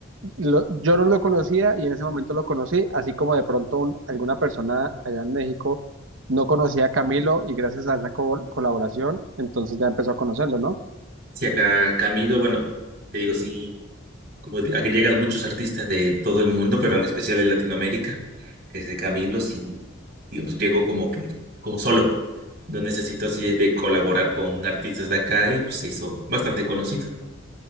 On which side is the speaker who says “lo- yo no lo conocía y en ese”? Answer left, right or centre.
Right